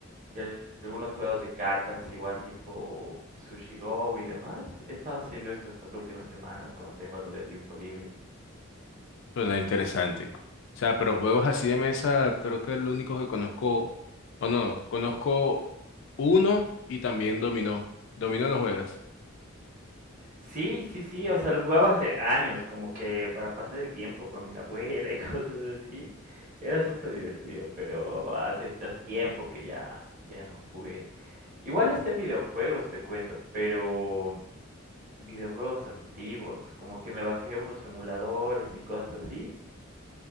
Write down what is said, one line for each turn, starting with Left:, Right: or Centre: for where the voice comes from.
Right: y al- algunos juegos de cartas, igual tipo Sushi Go y demás. He estado haciendo esto estas últimas semanas cuando tengo algo de tiempo libre.
Left: Suena interesante. O sea, pero juegos así de mesa, creo que el único que conozco, o no, conozco uno y también dominó. Dominó no juegas.
Right: Sí, sí, sí, o sea, lo jugaba hace años, como que para pasar el tiempo con mi abuela y <laughs> cosas así. Era súper divertido, pero hace, hace tiempo que ya, ya no jugué. Igual está en videojuegos, te cuento, pero videojuegos antiguos, como que me bajé unos emuladores y cosas así,